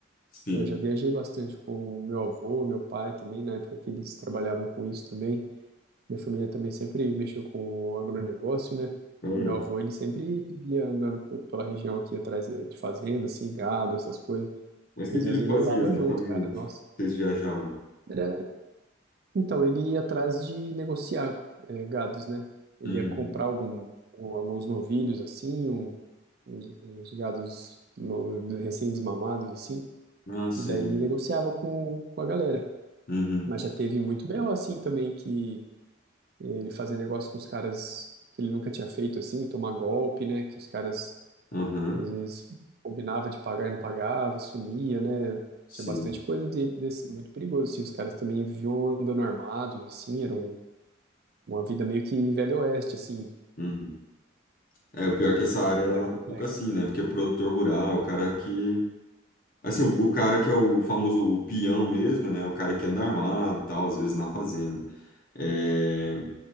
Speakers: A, on the left (about 45°); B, on the right (about 50°).
A: Sim.
B: Eu já viajei bastante com meu avô, meu pai também, na época que eles trabalhavam com isso também. Minha família também sempre mexeu com o agronegócio, né?
A: Ah,
B: E meu avô, ele sempre vivia andando pe- pela região aqui atrás da- de fazenda, assim, gado, essas coisas.
A: Mas o
B: E
A: que
B: às
A: que
B: vezes
A: ele
B: ele
A: fazia
B: levava
A: exatamente?
B: junto, cara. Nossa.
A: Vocês viajavam?
B: Era... Então, ele ia atrás de negociar eh, gados, né? Ele
A: Uhum.
B: ia comprar algum, um- alguns novilhos, assim, um- uns, uns gados no- recém-desmamados, assim.
A: Ah, sim.
B: E daí negociava com, com a galera.
A: Uhum.
B: Mas já teve muito BO assim também, que ele fazer negócio com os caras que ele nunca tinha feito assim, tomar golpe, né? Que os caras
A: Aham.
B: às vezes combinava de pagar e não pagava, sumia, né?
A: Sim.
B: Tinha bastante coisa de, desse, muito perigoso, assim. Os caras também viviam andando armados, assim, era um- uma vida meio que velho oeste, assim,
A: Uhum. É, o pior é que essa área
B: é
A: ela
B: complexo.
A: é um pouco assim, né? Porque o produtor rural, o cara que. Assim, o, o cara que é o famoso o peão mesmo, né? O cara que anda armado e tal, às vezes na fazenda. É,